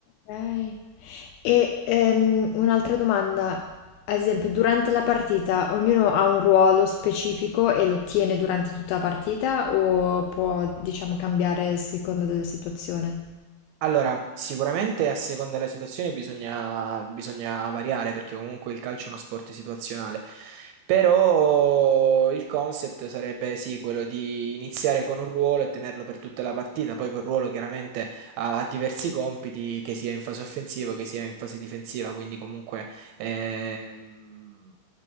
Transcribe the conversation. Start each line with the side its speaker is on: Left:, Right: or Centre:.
Left: Ok. E ehm, un'altra domanda, ad esempio, durante la partita ognuno ha un ruolo specifico e lo tiene durante tutta la partita o può, diciamo, cambiare a seconda della situazione?
Right: Allora, sicuramente a seconda della situazione bisogna, bisogna variare perché comunque il calcio è uno sport situazionale, però il concept sarebbe sì, quello di iniziare con un ruolo e tenerlo per tutta la partita, poi quel ruolo chiaramente ha, ha diversi compiti, che sia in fase offensiva, che sia in fase difensiva, quindi comunque... ehm,